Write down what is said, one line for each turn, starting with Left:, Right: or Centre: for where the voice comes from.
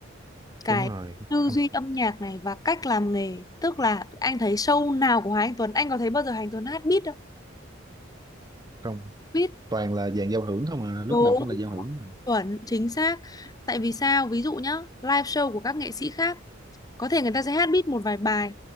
Left: cái
Right: đúng rồi
Left: tư
Right: không
Left: duy âm nhạc này và cách làm nghề tức là anh thấy show nào của Hà Anh Tuấn anh có thấy bao giờ Hà Anh Tuấn hát beat đâu
Right: không
Left: beat
Right: toàn là dàn giao hưởng không à lúc
Left: Đúng,
Right: nào cũng là giao hưởng mà.
Left: chuẩn, chính xác. Tại vì sao? Ví dụ nhá, live show của các nghệ sĩ khác, có thể người ta sẽ hát beat một vài bài.